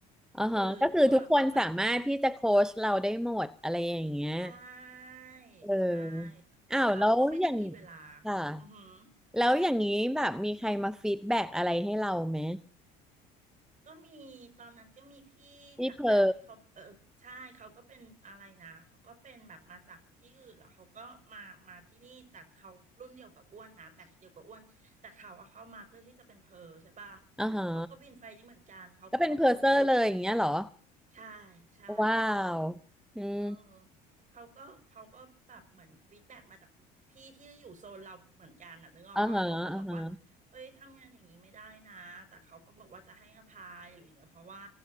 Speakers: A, in the centre; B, on the right.
A: อ่าฮะก็คือทุกคนสามารถที่จะโค้ชเราได้หมดอะไรอย่างเงี้ย
B: คือก็แบบเหมือนใช่
A: เออ
B: ใช่แต่แต่เขาก็ไม่ได้มีเวลา
A: อ้าวแล้วอย่างค่ะ
B: อือหือ
A: แล้วอย่างนี้แบบมีใครมาฟีดแบ็กอะไรให้เราไหม
B: ก็มีตอนนั้นก็มีพี่จากแจวที่เขาเออใช่เขาก็เป็นอะไรนะเขาก็เป็นแบบมาจากที่อื่นเหรอเขาก็มามาที่นี่แต่เขารุ่นเดียวกับอ้วนนะแบทเดียวกับอ้วนแต่เขาอะเข้ามาเพื่อที่จะเป็นเพอร์ใช่ป่ะ
A: พี่เพอ อ่าฮะ
B: เขาก็บินไฟนี้เหมือนกันเขาก็บอกว่าโห
A: ก็เป็นเพอร์เซอร์เลยอย่างเงี้ยเหรอ
B: ใช่ใช่
A: ว้าวอืม
B: เออเขาก็เขาก็แบบเหมือนฟีดแบ็กมาจากพี่ที่อยู่โซนเราเหมือนกันน่ะนึกออกปะเขาก็บอกว่าเอ้ยทำงานอย่างนี้ไม่ได้นะแต่เขาก็บอกว่าจะให้อภัยอะไรอย่างเงี้ยเพราะว่า
A: อ่าฮะอ่าฮะ